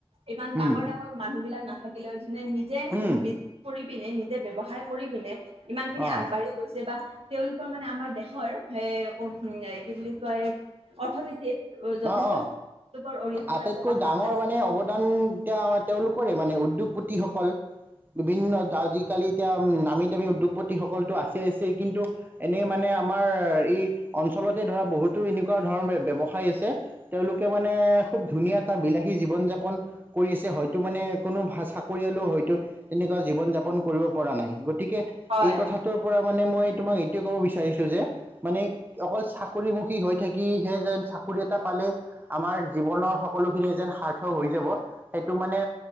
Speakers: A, on the right; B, on the right.
A: ইমান
B: উম
A: ডাঙৰ- ডাঙৰ মানুহ বিলাক নাথাকিলে হয়। যোনে নিজে
B: উম
A: বি কৰি পিনে নিজে ব্যৱসায় কৰি পিনে ইমান খিনি
B: অঁ
A: আগবাঢ়ি গৈছে, বা তেওঁলোকৰ মানে আমাৰ দেশৰ সে কি বুলি কয়, অৰ্থনীতিত যথেষ্ট
B: অ- অ
A: তেওঁলোকৰ অৰিহণা
B: আটাইতকৈ
A: আছে বা হাত
B: ডাঙৰ
A: আছে
B: মানে অৱ দান এতিয়া তেওঁলোকৰে মানে উদ্যোগপতিসকল বিভিন্ন আজিকালি এতিয়া নামী- দামী উদ্যোগপতিসকলতো আছেই- আছেই। কিন্তু এনেই মানে আমাৰ এই অঞ্চলতে ধৰা, বহুতো এনেকুৱা ধৰণৰ ব্যৱসায় আছে। তেওঁলোকে মানে খুব ধুনীয়া এটা বিলাহী জীৱন যাপন কৰি আছে, হয়তো মানে কোনো চাকৰিয়ালেও হয়তো তেনেকুৱা জীৱন- যাপন কৰিব পৰা নাই। গতিকে,
A: হয়
B: এই কথাটোৰ পৰা মানে মই তোমাক এইটোয়ে ক'ব বিচাৰিছো যে মানে অকল চাকৰিমুখী হৈ থাকিহে যেন চাকৰি এটা পালে আমাৰ জীৱনৰ সকলোখিনি যেন সাৰ্থক হৈ যাব সেইটো মানে